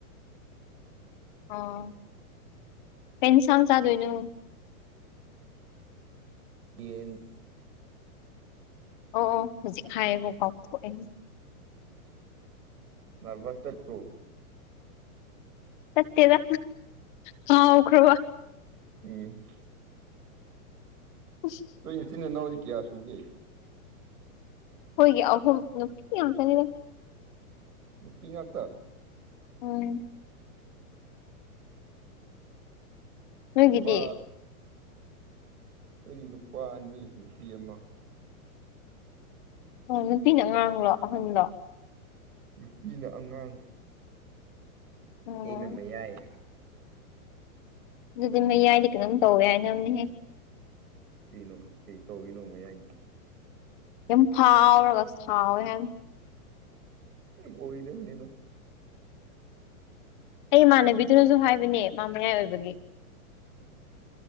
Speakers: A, on the left (about 35°); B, on the right (about 85°).
A: ꯑꯣ ꯀꯩꯁꯥꯡ ꯆꯗꯣꯏꯅꯣ
B: ꯌꯦꯟ
A: ꯑꯣ ꯑꯣ ꯍꯧꯖꯤꯛ ꯍꯥꯏꯌꯦꯕꯣ ꯀꯥꯎꯊꯣꯛꯑꯦ
B: ꯅ꯭ꯔꯚꯁ ꯆꯠꯄ꯭ꯔꯣ
A: ꯆꯠꯇꯦꯕ ꯀꯥꯎꯈꯔꯥꯕꯥ
B: ꯎꯝ
A: ꯎ <unintelligible> <inaudible>
B: ꯅꯣꯏ ꯏꯆꯤꯟ ꯏꯅꯥꯎꯗꯤ ꯀꯌꯥ ꯁꯨꯒꯦ
A: ꯑꯩꯈꯣꯏꯒꯤ ꯑꯍꯨꯝ ꯅꯨꯄꯤ ꯉꯛꯇꯅꯤꯗ
B: ꯅꯨꯄꯤ ꯉꯥꯛꯇ
A: ꯎꯝ <unintelligible> <inaudible> ꯅꯣꯏꯒꯤꯗꯤ
B: ꯅꯨꯄꯥ ꯑꯩꯈꯣꯏꯗꯤ ꯅꯨꯄꯥ ꯑꯅꯤ ꯅꯨꯄꯤ ꯑꯃ
A: ꯑꯣ ꯅꯨꯄꯤꯅ ꯑꯉꯥꯡꯂꯣ ꯑꯍꯟꯗꯣ
B: ꯅꯨꯄꯤꯅ ꯑꯉꯥꯡ
A: ꯑꯣ
B: ꯑꯩꯅ ꯃꯌꯥꯏ
A: ꯑꯗꯨꯗꯤ ꯃꯌꯥꯏꯗꯤ ꯀꯩꯅꯣꯝ ꯇꯧꯋꯦ ꯍꯥꯏ ꯅ ꯑꯃꯅꯦꯍꯦꯛ
B: ꯀꯩꯅꯣ ꯀꯩ ꯇꯧꯔꯤꯅꯣ ꯃꯌꯥꯏꯅꯣ
A: ꯌꯥꯝ ꯐꯥꯎꯔꯒ ꯁꯥꯎꯋꯦ ꯍ <inaudible> <unintelligible>
B: ꯑꯣꯏꯣꯏꯗꯕꯅꯤꯗꯣ <inaudible> <unintelligible>
A: ꯑꯩ ꯏꯃꯥꯟꯅꯕꯤꯗꯨꯅꯁꯨ ꯍꯥꯏꯕꯅꯦ ꯃꯥ ꯃꯌꯥꯏ ꯑꯣꯏꯕꯒꯤ